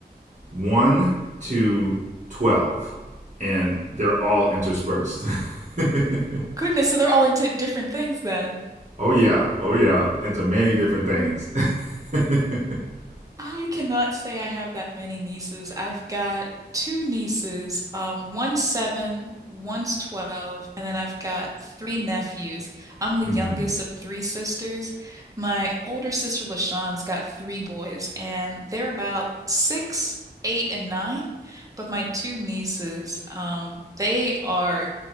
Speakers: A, on the right; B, on the right.
A: 1 to 12, and they're all interspersed. <laughs>
B: Goodness, so they're all into different things then.
A: oh, yeah. Oh, yeah. Into many different things. <laughs>
B: I cannot say I have that many nieces. I've got two nieces, um, one's seven, one's 12, and then I've got three nephews. I'm the
A: hmm
B: youngest of three sisters. My older sister, LaShawn's got three boys, and they're about six, eight, and nine. But my two nieces, um, they are